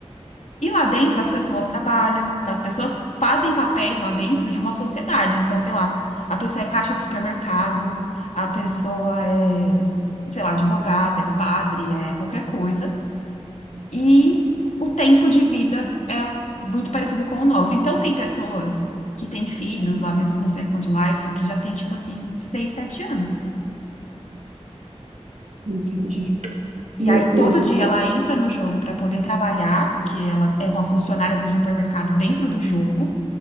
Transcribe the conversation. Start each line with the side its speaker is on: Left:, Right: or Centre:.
Left: E lá dentro as pessoas trabalham, então as pessoas fazem papéis lá dentro de uma sociedade. Então, sei lá, a pessoa é caixa de supermercado, a pessoa é, sei lá, advogada, é padre, é qualquer coisa. E o tempo de vida é muito parecido com o nosso. Então, tem pessoas que têm filhos lá dentro no Second Life que já tem, tipo assim, seis sete anos.
Right: entendi.
Left: E
Right: Meu
Left: aí, todo
Right: Deus do
Left: dia
Right: céu.
Left: ela entra no jogo para poder trabalhar, porque ela é uma funcionária do supermercado dentro do jogo,